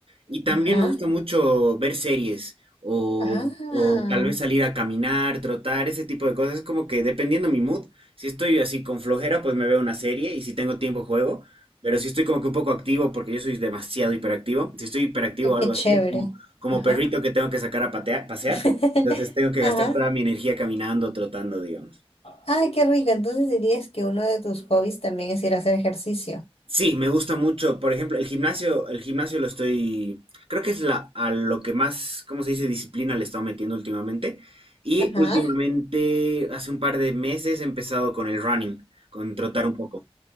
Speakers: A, on the right (about 65°); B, on the left (about 80°).
A: Y también
B: Ajá,
A: me gusta mucho ver series o,
B: ajá,
A: o tal vez salir a caminar, trotar, ese tipo de cosas. Es como que dependiendo mi mood, si estoy así con flojera, pues me veo una serie y si tengo tiempo juego. Pero si estoy como que un poco activo, porque yo soy demasiado hiperactivo, si estoy hiperactivo
B: ay,
A: o
B: qué
A: algo así,
B: chévere.
A: es como, como
B: Ajá,
A: perrito que tengo que sacar a patear- pasear.
B: <laughs>
A: Entonces tengo que
B: ajá.
A: gastar toda mi energía caminando, trotando, digamos.
B: Ay, qué rico. Entonces dirías que uno de tus hobbies también es ir a hacer ejercicio.
A: Sí, me gusta mucho. Por ejemplo, el gimnasio, el gimnasio lo estoy, creo que es la, a lo que más, ¿cómo se dice? Disciplina le he estado metiendo últimamente. Y
B: Ajá.
A: últimamente, hace un par de meses, he empezado con el running, con trotar un poco.